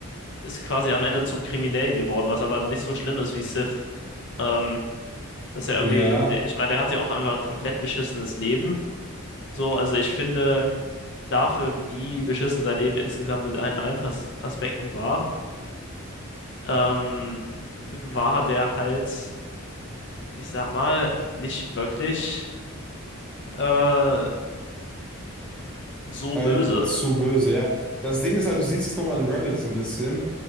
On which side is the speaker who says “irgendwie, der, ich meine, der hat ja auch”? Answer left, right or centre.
Left